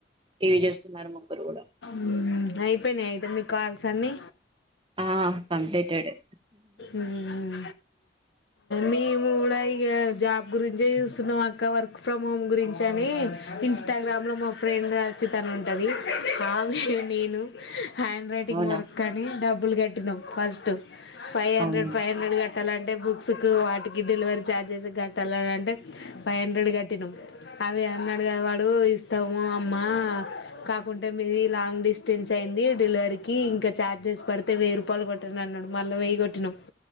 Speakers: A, on the right (about 30°); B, on the left (about 75°).
A: టీ వీ చూస్తున్నారు ముగ్గురు గుడా
B: మ్మ్. అయిపోయినాయి అయితే మీ కాల్సన్నీ
A: ఆ కంప్లీటెడే
B: మ్మ్ మేము గుడ ఇగ జాబ్ గురించే చూస్తున్నామక్క వర్క్ ఫ్రమ్ హోమ్ గురించని ఇన్స్టాగ్రామ్ లో మా ఫ్రెండ్ అచ్చితన్ ఉంటంది ఆమి నేను హ్యాండ్ రైటింగ్
A: అవునా
B: వర్కనీ డబ్బులు కట్టినం ఫస్ట్ ఫైవ్ హండ్రెడ్
A: అవునా
B: ఫైవ్ హండ్రెడ్ కట్టాలంటే బుక్స్ కు వాటికి డిలివరీ ఛార్జెస్ కట్టాలనంటే ఫైవ్ హండ్రెడ్ కట్టినం అవి అన్నడుగా వాడు ఇస్తాము అమ్మ కాకుంటే మీది లాంగ్ డిస్ట్ స్టెన్స్ అయింది డిలివరికి ఇంక ఛార్జెస్ పడితే వెయ్యి రూపాయలు కొట్టండన్నడు మళ్ళ వెయ్య కొట్టినం.